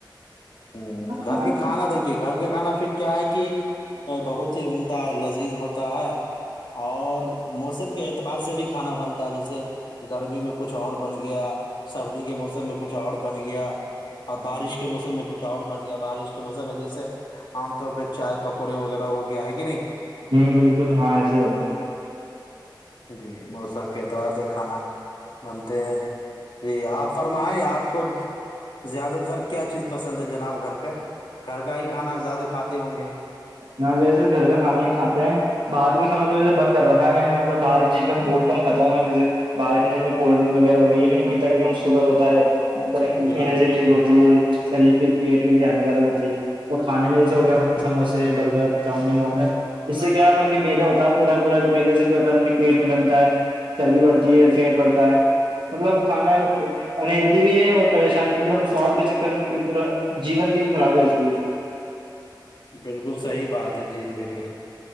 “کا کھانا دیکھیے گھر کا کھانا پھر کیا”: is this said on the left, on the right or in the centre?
Left